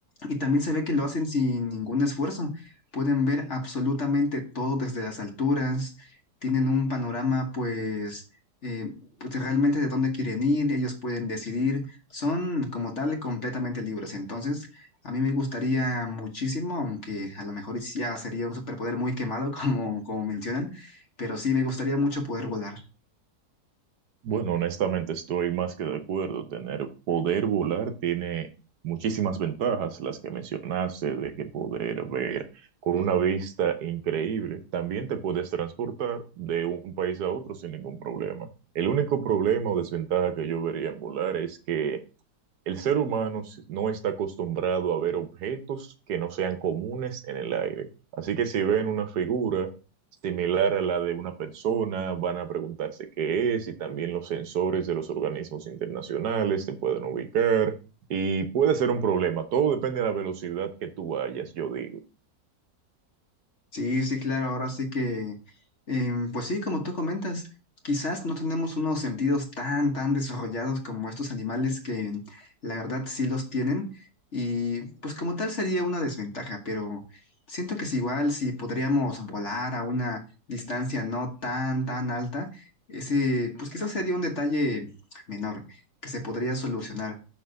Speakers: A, on the left; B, on the right.
A: y también se ve que lo hacen sin ningún esfuerzo. Pueden ver absolutamente todo desde las alturas, tienen un panorama pues, eh, pues de realmente de dónde quieren ir, ellos pueden decidir, son como tal completamente libres. Entonces, a mí me gustaría muchísimo, aunque a lo mejor ya sería un superpoder muy quemado <laughs> como, como mencionan, pero sí me gustaría mucho poder volar.
B: Bueno, honestamente estoy más que de acuerdo. Tener poder volar tiene muchísimas ventajas, las que mencionaste, de que poder ver con una vista increíble. También te puedes transportar de un país a otro sin ningún problema. El único problema o desventaja que yo vería en volar es que el ser humano s- no está acostumbrado a ver objetos que no sean comunes en el aire. Así que si ven una figura similar a la de una persona, van a preguntarse qué es y también los sensores de los organismos internacionales te pueden ubicar y puede ser un problema. Todo depende de la velocidad que tú vayas, yo digo.
A: Sí, sí, claro, ahora sí que, em, pues sí, como tú comentas, quizás no tenemos unos sentidos tan, tan desarrollados como estos animales que la verdad sí los tienen y pues como tal sería una desventaja, pero siento que es igual si podríamos volar a una distancia no tan, tan alta, ese, pues quizás sería un detalle menor que se podría solucionar.